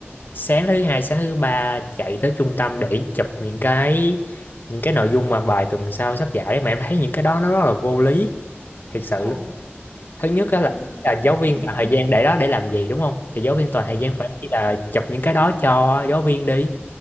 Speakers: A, on the left; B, on the right.
A: sáng thứ hai sáng thứ ba chạy tới trung tâm để chụp những cái những cái nội dung mà bài tuần sau sắp giải mà em thấy những cái đó nó rất là vô lý thiệt sự
B: ổn
A: luôn thứ nhất
B: trời
A: á là,
B: đất ơi
A: là giáo viên
B: thế
A: toàn thời gian để đó để làm gì đúng không thì giáo viên toàn thời gian phải đi là chụp những cái đó cho giáo viên đi